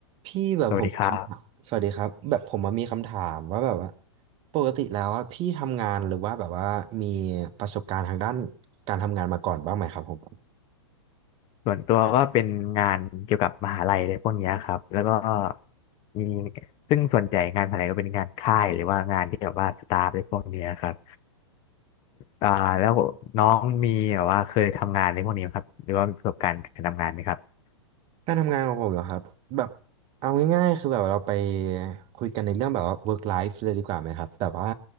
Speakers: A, on the right (about 35°); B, on the left (about 30°).
A: พี่แบบผมคำถามสวัสดีครับแบบผมมามีคำถามว่าแบบว่า
B: สวัสดีครับ
A: ปกติแล้วอะพี่ทำงานหรือว่าแบบว่ามีประสบการณ์ทางด้านการทำงานมาก่อนบ้างไหมครับผม
B: ส่วนตัวก็เป็นงานเกี่ยวกับมหาลัยอะไรพวกเนี้ยครับแล้วก็มีซึ่งส่วนใหญ่งานมหาลัยก็เป็นงานค่ายหรือว่างานที่แบบว่าสตาฟอะไรพวกเนี้ยครับอ่าแล้วน้องมีแบบว่าเคยทำงานในพวกนี้ไหมครับหรือว่ามีประสบการณ์การทำงานไหมครับ
A: การทำงานของผมเหรอครับแบบเอาง่ายๆคือแบบเราไปคุยกันในเรื่องแบบว่า work life เลยดีกว่าไหมครับแบบว่า